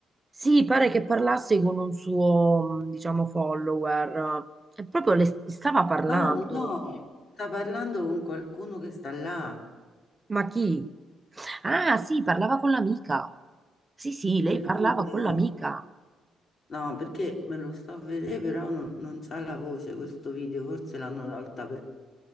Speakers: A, on the right; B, on the left.
A: Sì, pare che parlasse con un suo, mh, diciamo, follower. E proprio le stava parlando.
B: No, no, sta parlando con qualcuno che sta là
A: Ma chi? Ah, sì, parlava con l'amica. Sì, sì,
B: nel
A: lei parlava
B: video.
A: con l'amica.
B: No, perché me lo sto a vedere, però non, non c'ha la voce questo video, forse l'hanno tolta per,